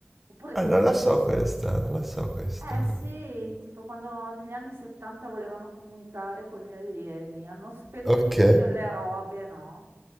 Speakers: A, on the right; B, in the centre.
A: Oppure ci
B: Ah, non
A: sono
B: la so questa, non la so questa,
A: Eh
B: no.
A: sì, tipo quando negli anni 70 volevano comunicare con gli alieni, hanno spedito
B: Ok.
A: su delle robe, no?